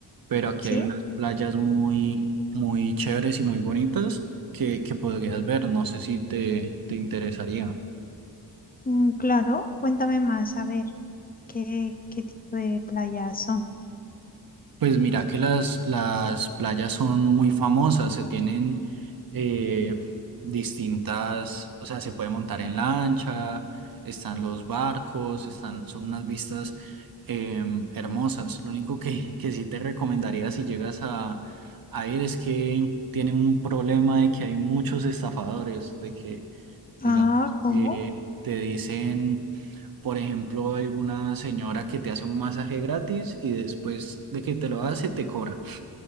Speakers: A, on the right; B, on the left.
A: pero aquí
B: ¿sí?
A: hay unas playas muy, muy chéveres y muy bonitas que, que podrías ver. No sé si te, te interesaría.
B: Mm, claro, cuéntame más, a ver, ¿qué, qué tipo de playas son?
A: Pues mira que las, las playas son muy famosas, se tienen eh, distintas, o sea, se puede montar en lancha, están los barcos, están, son unas vistas eh, hermosas. Lo único que, que sí te recomendaría si llegas a, a ir es que tienen un problema de que hay muchos estafadores, de que digamos,
B: Ah, ¿cómo?
A: eh, te dicen, por ejemplo, alguna señora que te hace un masaje gratis y después de que te lo hace, te cobra.